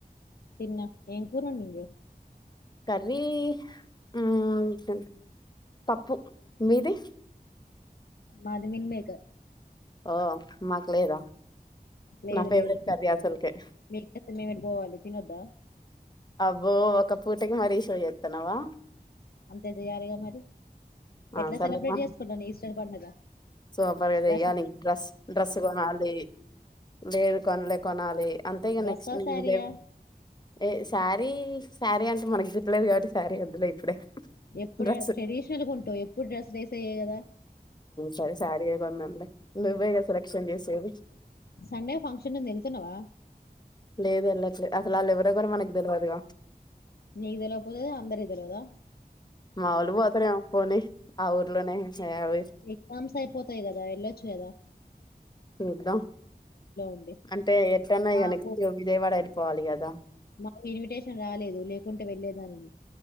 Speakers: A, on the left; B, on the left.
A: తిన్న. ఏం కూర వండింది.
B: కర్రీ హ్మ్ గంతే పప్పు మీది
A: మాది మిల్మేకర్
B: ఓ మాకు లేదా
A: లేదు
B: నా ఫేవరెట్
A: లేదు
B: కర్రీ అసలుకే
A: మికిచేస్తే మేం ఎటు పోవాలి తినొద్దా
B: బో ఒక పూటకి మరీ షో చేత్తన్నావా
A: అంతే చేయ్యాలిగా మరి
B: ఆ
A: ఎట్లా
B: సర్లేపా
A: సెలబ్రేట్ చేసుకుంటాను ఈస్టర్ పండుగ
B: సూపర్ గా చెయ్యాలి
A: డ్రస్
B: డ్రస్ డ్రస్ కొనాలి లేరు కొనలే కొనాలి అంతే ఇక
A: డ్రస్సా
B: నెక్స్ట్ నేను
A: శారీయా
B: ఇదే ఏ శారీ శారీ అంటే మనకు జుట్టు లేదు కాబటి శారీ వొద్దులే ఇప్పుడే
A: ఎప్పుడె
B: డ్రెస్
A: ట్రెడిషనల్గంటావు ఎప్పుడు డ్రెస్ వేసేయే కదా
B: సరే శారీ ఏ కొందాంలే నువ్వేగా సెలక్షన్ చేసేది
A: సండే ఫంక్షన్ ఉంది వెళ్తున్నావా
B: లేదు వెళ్ళట్లే అసలు వాళ్ళు ఎవరో కూడా మనకు తెలువదుగా
A: నీకు తెలవకపోతే అందరికీ తెలవదా
B: మావోళ్ళు పోతారేమో పోనీ ఆ ఊర్లోనే ఏ, అవి
A: ఎగ్సామ్స్ అయిపోతాయి కదా ఎల్లో చ్చేదా
B: చూద్దాం
A: ఉండి
B: అంటే ఎట్లన్నా
A: మాకు
B: ఇగ నెక్స్ట్ విజయవాడ ఎల్ పోవాలి కద
A: మాకు ఇన్విటేషన్ రాలేదు లేకుంటే వెళ్లేదానిని